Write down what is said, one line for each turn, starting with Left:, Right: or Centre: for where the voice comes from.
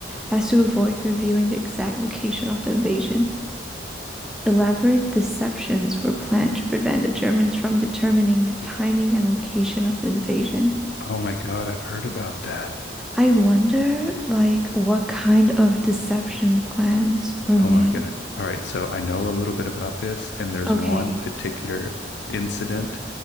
Centre: as to avoid revealing the exact location of the invasion. Elaborate deceptions were planned to prevent the Germans from determining the timing and location of the invasion.
Left: Oh my God, I've heard about that.
Centre: I wonder, like, what kind of deception plans were
Left: Oh
Centre: made.
Left: my God. All right. So I know a little bit about this, and there's
Centre: Okay.
Left: one particular incident,